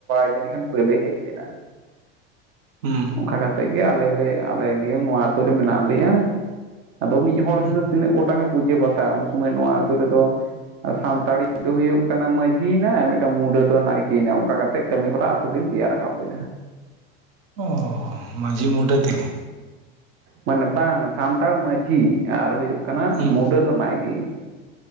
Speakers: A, on the right; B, on the right.
A: ᱟᱡ <unintelligible>
B: ᱦᱮᱸ
A: ᱚᱱᱠᱟ ᱠᱟᱛᱮᱫ ᱜᱮ ᱟᱞᱮ ᱞᱮ ᱟᱞᱮ ᱜᱮ ᱱᱚᱣᱟ ᱟᱹᱛᱩ ᱨᱮ ᱢᱮᱱᱟᱜ ᱞᱮᱭᱟ ᱟᱫᱚ ᱢᱤᱫ ᱦᱚᱲ
B: ᱦᱩᱸ
A: ᱛᱮᱫᱚ ᱛᱤᱱᱟᱹᱜ ᱜᱚᱴᱟᱝ ᱮ ᱯᱩᱡᱟᱹ ᱯᱟᱥᱟᱭᱟ ᱩᱱ ᱥᱚᱢᱚᱭ ᱱᱚᱣᱟ ᱟᱹᱛᱩᱳ ᱨᱮᱫᱚ ᱥᱟᱱᱛᱟᱲᱤ ᱫᱚ ᱦᱩᱭᱩᱜ ᱠᱟᱱᱟ ᱢᱟᱡᱷᱤ ᱭᱮᱱᱟ ᱟᱨ ᱢᱤᱫᱴᱟᱝ ᱢᱩᱰᱟᱹ ᱫᱚ ᱱᱟᱭᱠᱤ ᱭᱮᱱᱟ ᱚᱱᱠᱟ ᱠᱟᱛᱮ ᱛᱫ ᱠᱟᱹᱢᱤ ᱦᱚᱨᱟ ᱟᱛᱳ ᱠᱤᱱ ᱛᱮᱭᱟᱨ ᱨᱟᱠᱟᱵ ᱞᱮᱫᱟ
B: ᱩ ᱢᱟᱡᱷᱤ ᱢᱩᱰᱟᱹ ᱛᱮ ᱜᱮ
A: ᱢᱟᱱᱮ ᱵᱟᱝ ᱥᱟᱱᱛᱟᱲ ᱢᱟᱡᱷᱤ ᱟᱨ ᱦᱩᱭᱩᱜ ᱠᱟᱱᱟ
B: ᱦᱩᱸ
A: ᱢᱩᱰᱟᱹ ᱫᱚ ᱱᱟᱭᱠᱮ